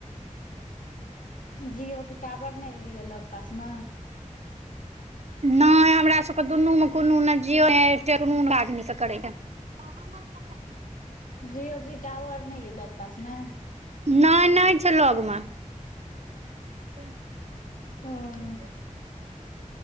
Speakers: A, on the left; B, on the right.
A: जीओ कऽ टावर नहि रहैया लग पास मे
B: नहि हमरा सभके दुनू मे कोनो ने जिओ, एयरटेल आदमी करे ह <unintelligible>
A: जिओ के टावर नहि हैं लग पास मे
B: नहि नहि छै लग पास में <unintelligible>
A: ओ